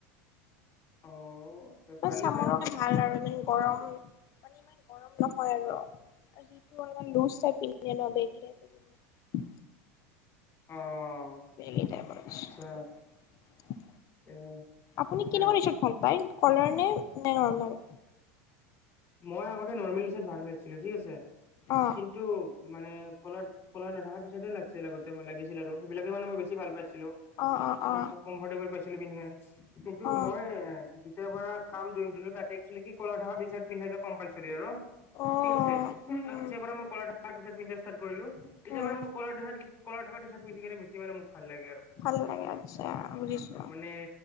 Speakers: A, on the left; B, on the left.
A: অ তে ভালে
B: চামৰ
A: তে
B: ভাল আৰু ইমান গৰম মানে ইমান গৰম নহয় আৰু টো লোচ থাকে ন পি বেগ
A: অ
B: বেগ এটা কৰিছো
A: আচ্ছা তে
B: আপুনি
A: মানে
B: কেনেকা ৰিচিভ ভাল পায় কলাৰ নে নে নৰ্মেল
A: মই আগতে নৰ্মেল ডচাৰট ভাল লাগিছিলো ঠিক আছে
B: অ
A: কিন্তু মানে কলত কলা নথকা টি চাৰ্টে ভাল লাগিছিল আগতে লাগিছিল আৰু সেইবিলাকে মানে মই বেছি ভাল পাই ছিলো
B: অ অ
A: কম
B: অ
A: কমফৰটেবল পাইছিলো পিন্ধিবলে কিন্তু
B: অ
A: মই তেতিয়াৰ পৰা কাম জইন কৰিলো তাতে একচলি কি কৰে নৰ্মেল টি চাৰ্ট পিন্ধাটো কম্পালচৰী আৰু
B: অ
A: ঠিক আছে, তাৰ
B: উম
A: পিছৰ পৰা মই কলাৰ থকা টিচাৰ্ট পিন্ধা ষ্টাৰ্ত কৰিলো। তেতিয়াৰ
B: উম
A: পৰা মই কল- কলাৰ থকা টিচাৰ্ট পিন্ধি কিনে বেছি মানে মোক ভাল লাগে আৰু
B: ভাল লাগে আচ্ছা বুজিছো
A: মানে